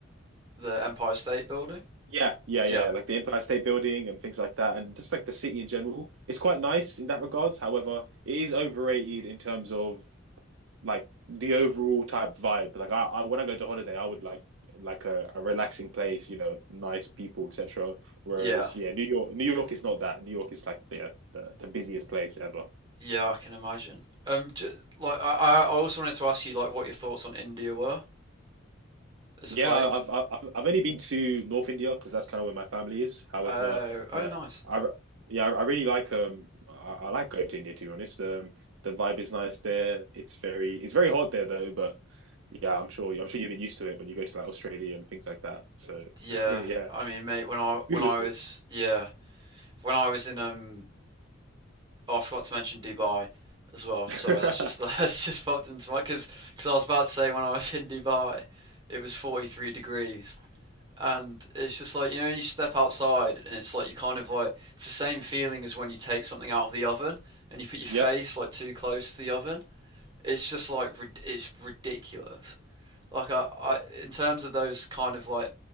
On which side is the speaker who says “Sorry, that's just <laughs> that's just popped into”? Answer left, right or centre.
Right